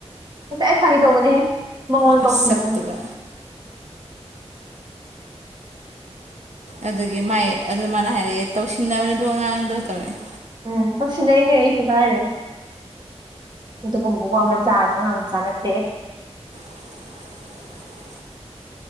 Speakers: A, on the right; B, on the right.
A: ꯑꯁ ꯑꯩ ꯈꯪꯉ ꯇꯧꯕꯅꯦꯍꯦ ꯃꯉꯣꯟ
B: ꯃꯁꯛꯇꯨꯒ
A: ꯇꯧꯁꯤꯟꯅꯕꯅꯦ
B: ꯑꯗꯨꯒꯤ ꯃꯥꯏ ꯑꯗꯨ ꯃꯥꯅ ꯍꯥꯏꯔꯛꯑꯦ ꯇꯧꯁꯤꯟꯅꯕꯅꯤꯗꯣ ꯑꯉꯥꯡꯗꯣ ꯇꯧꯔꯛꯑꯦ
A: ꯎꯝ ꯄꯁꯤꯤꯡ ꯂꯩ ꯏꯅꯤ ꯍꯥꯏꯁꯨ ꯇꯥꯏꯔꯦ ꯑꯗꯨꯒꯨꯝꯕ ꯋꯥ ꯃꯆꯥ ꯑꯒꯥꯡ ꯆꯥ ꯅꯠꯇꯦ
B: <unintelligible>